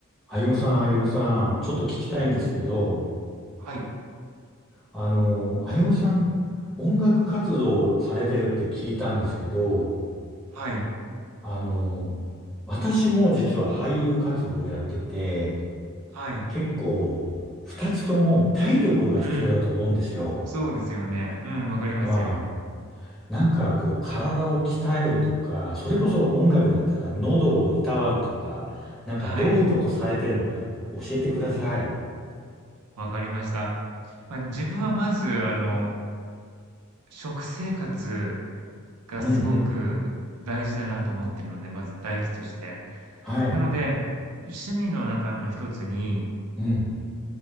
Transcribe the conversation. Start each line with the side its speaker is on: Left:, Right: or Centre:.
Centre: あゆむさん、あゆむさん、ちょっと聞きたいんですけど、
Right: はい。
Centre: あの、あゆむさん、音楽活動をされてるって聞いたんですけど、
Right: はい。
Centre: あの、私も実は俳優活動をやってて、
Right: はい。
Centre: 結構、二つとも体力が必要だと思うんですよ。
Right: うん。そうですよね。うん、わかりますよ。
Centre: はい。なんかこう、体を鍛えるとか、それこそ音楽だったら喉をいたわるとか、なんかどういうことされてるのか教えてください。
Right: はい。わかりました。まあ、自分はまず、あの、食生活がすごく大事だなと思ってるので、
Centre: うんうん。
Right: まず第一として。
Centre: はい。
Right: なので、趣味の中の一つに、
Centre: うん。